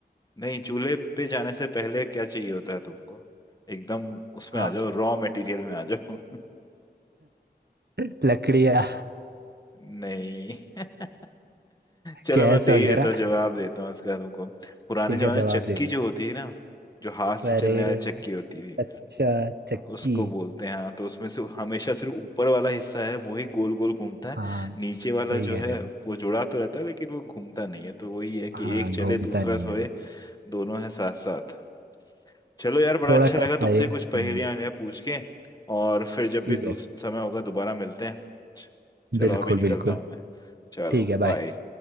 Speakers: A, on the left (about 25°); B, on the right (about 75°).
A: नहीं चूल्हे पे जाने से पहले क्या चाहिए होता है तुमको एकदम उसमें
B: आग
A: आ जाओ रॉ मटेरियल में आ जाओ
B: <laughs> लकड़ियाँ
A: <laughs> नहीं <laughs> चलो
B: गैस
A: मैं दे
B: वगैरह
A: ही देता हूँ जवाब देता हूँ इसका तुमको पुराने
B: ठीक
A: जमाने
B: है
A: में
B: जवाब
A: चक्की
B: दे दीजिए
A: जो होती थी ना जो हाथ से चलने
B: अरे
A: वाली चक्की होती थी
B: अच्छा चक्की
A: उसको बोलते हैं हाँ तो उसमें से हमेशा सिर्फ ऊपर वाला हिस्सा है वो ही गोल गोल घूमता
B: हाँ
A: है नीचे वाला
B: सही
A: जो
B: कह
A: है
B: रहे हो
A: वो जुड़ा तो रहता है लेकिन वो घूमता नहीं है तो वही है कि
B: हाँ
A: एक चले
B: घूमता
A: दूसरा
B: नहीं
A: सोए
B: है
A: दोनों है साथ साथ चलो यार बड़ा
B: थोड़ा
A: अच्छा लगा
B: टफ
A: तुमसे
B: था ये हम्म,
A: कुछ पहेलियां वहेलियां पूछ के और फिर जब
B: ठीक
A: भी दूस-
B: है
A: समय होगा दोबारा मिलते हैं च- चलो
B: बिल्कुल
A: अभी निकलता
B: बिल्कुल
A: हूँ मैं चलो
B: ठीक है
A: बाय
B: बाय